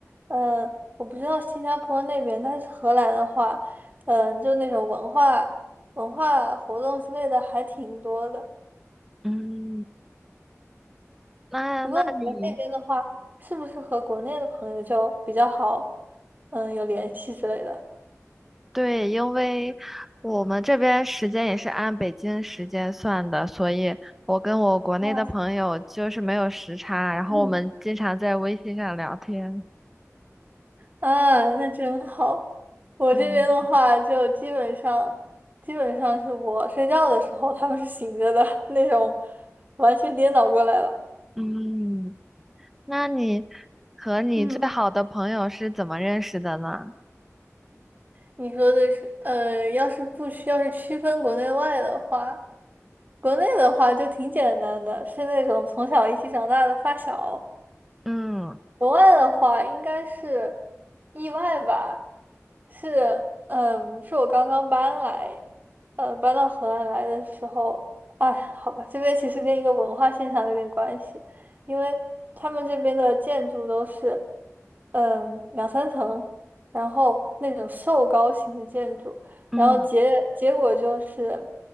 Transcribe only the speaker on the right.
呃，我不知道新加坡那边，但是荷兰的话，嗯、就那种文化、文化活动之类的还挺多的。
不过你们那边的话，是不是和国内的朋友就比较好，嗯、有联系之类的？
啊，
嗯，啊，那真好。我这边的话，
就基本上，基本上是我睡觉的时候，他们是醒着的 <laughs> 那种，完全颠倒过来了。
嗯。你说的是，呃，要是不需要是区分国内外的话，国内的话就挺简单的，是那种从小一起长大的发小，
国外的话应该是意外吧，是嗯，是我刚刚搬来，呃，搬到河兰来的时候，哎，好吧，这边其实跟一个文化现象有点关系，因为他们这边的建筑都是嗯两三层，然后那种瘦高型的建筑，
然后结结果就是